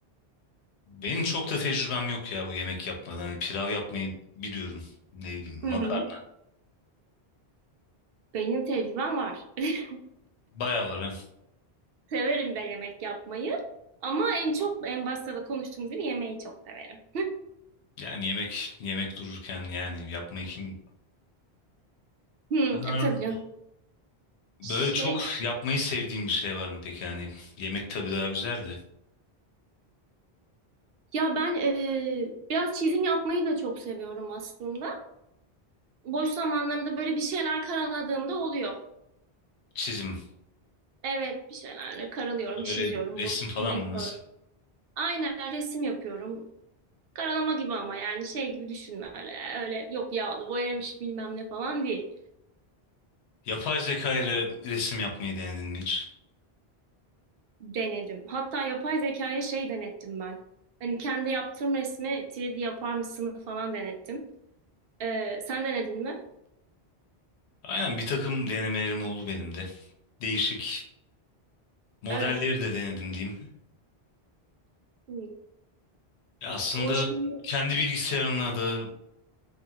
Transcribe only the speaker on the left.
Benim çok da tecrübem yok ya bu yemek yapmadan. Hani pilav yapmayı biliyorum. Ne bileyim makarna.
Bayağı var ha.
Yani yemek yemek dururken yani yapmayı kim...
Ha,
Böyle
çok yapmayı sevdiğim bir şey var mı peki? Yani yemek tabii daha güzel de.
Çizim.
Böyle resim
falan
mı nasıl?
Yapay zeka ile resim yapmayı denedin mi hiç?
Aynen bir takım denemelerim oldu benim de. Değişik modelleri
de denedim diyeyim.
Ya Aslında
kendi bilgisayarına da